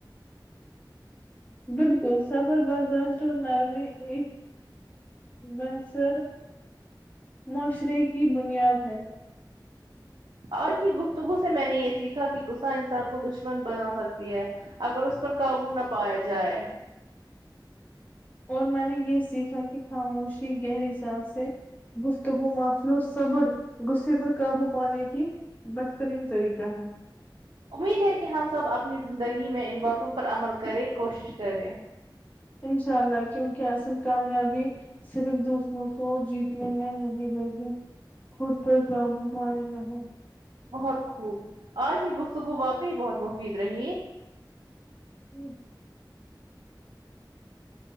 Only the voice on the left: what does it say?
بالکل صبر برداشت اور نرمی بھی بہثر معاشرے کی بنیاد ہے
اور میں نے یہ سیکھا کہ خاموشی گہری ساس ہے گفتگو مافلو صبر غصے پر قابو پانے کی بہترین طریقہ ہے
انشاء اللہ کیونکہ اصل کامیابی صرف دوسروں کو جیتنے میں نہیں ملیتے <unintelligible>
ہوں